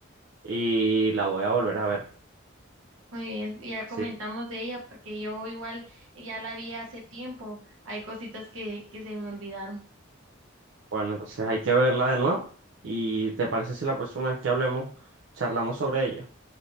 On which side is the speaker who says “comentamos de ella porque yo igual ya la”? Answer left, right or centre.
Right